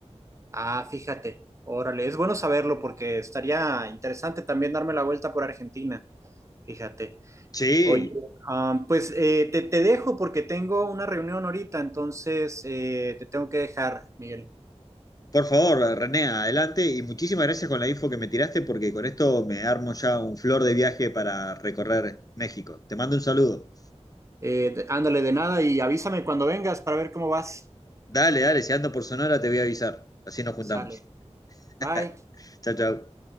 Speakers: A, on the right; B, on the left.
A: Ah, fíjate, órale, es bueno saberlo porque estaría interesante también darme la vuelta por Argentina, fíjate.
B: Sí,
A: Oye, am, pues eh, te, te dejo porque tengo una reunión ahorita, entonces eh, te tengo que dejar, Miguel.
B: Por favor, René, adelante y muchísimas gracias con la info que me tiraste porque con esto me armo ya un flor de viaje para recorrer México. Te mando un saludo.
A: Eh, ándale de nada y avísame cuando vengas para ver cómo vas.
B: Dale, dale, si ando por Sonora te voy a avisar. Así nos juntamos.
A: Sale, bye.
B: <laughs> Chao, chao.